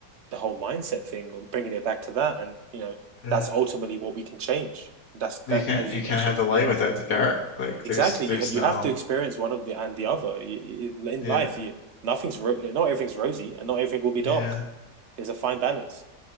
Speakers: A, on the right (about 55°); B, on the left (about 65°).
A: the whole mindset thing and bringing it back to that and you know
B: yeah.
A: that's ultimately what we can change that's
B: You
A: that
B: can't
A: as
B: you
A: you
B: can't
A: mentioned
B: have the light
A: we are
B: without the dark. Like
A: exactly
B: there's
A: you
B: there's
A: you
B: no
A: have to experience one of the and the other you, you, in
B: yeah
A: life you, nothing's ro- not everything's rosy and not everything will be dark
B: yeah.
A: there's a fine balance